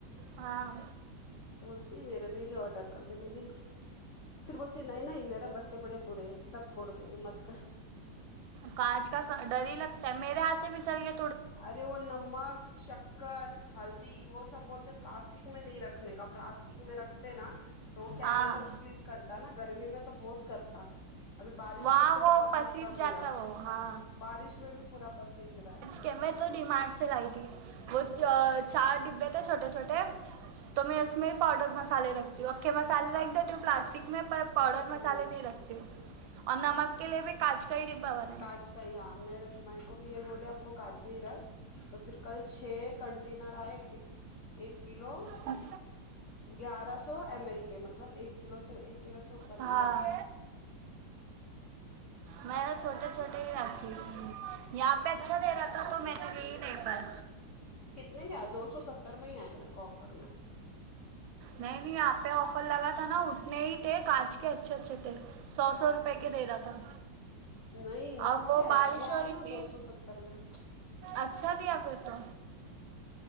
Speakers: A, on the right; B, on the left.
A: ہاں
B: تو بولتی میرے لیے بھی آڈر کر دینے دن پھر بولتی نہیں نہیں میرا بچے بڑے برے ہیں سب پھوڑ دیں گے مت کر
A: کانچ کا ڈر ہی لگتا ہے میرے ہاتھ سے پسل گئے
B: ارے وہ نمک شککر ہلدی وہ سب بولتے پلاسٹک میں نہیں رکھ رکھنے کا پلاسٹک میں رکھتے نا تو
A: ہاں
B: کیمیکل ریلیز کرتے ہے نا گرمی میں تو بہت کرتا ابھی بارش
A: وہاں
B: میں بھی دیکھو
A: وہ
B: پسیس
A: پسیج
B: تا
A: جاتا
B: پورا
A: وہ ہاں
B: بارش میں بھی پورا پسیج رہا ہے
A: کہ میں تو ڈیمارٹ سے لائی تھی وہ چا چار ڈبے تھے چھوٹے چھوٹے تو میں اس میں پاؤڈر مسالے رکھتی ہوں اکھے مسالے رکھ دیتی ہوں پلاسٹک میں پر پاؤڈر مسالے
B: ہوں
A: نہیں رکھتے اور نمک کے لیے بھی کاانچ کا ہی ڈبا والا
B: کاچ کا ہی ہاں میرے میں کو بھی یہ بولے اففو کانچ میں رکھ تو پھر کل چھ کنٹینر آئے ایک ایک ایک کلو
A: ہوں
B: گیارہ سو ایم ایل کے مطلب ایک کلو سے ایک کلو کے اوپر
A: ہاں
B: کے ہی ہیں
A: میں نے چھوٹے چھوٹے ہی رھی یہاں پہ اچھا دے رہا تھا تو میں نے لی ہی نہیں پیی
B: کتنے کے آئے دو سو ستر میں ہی آئے میرے کو آفر میں
A: نہیں نہیں یہاں پہ آفر لگا تھا نا اتنے ہی تھے کانچ کے اچھے اچھے تھے سو سو روپے کے دے رہا تھا
B: نہیں
A: اب
B: کتنے
A: وہ بارش
B: اچھے
A: ہو
B: آئے
A: رہی
B: نا
A: تھی
B: دو سو ستر میں
A: اچھا دیا پھر تو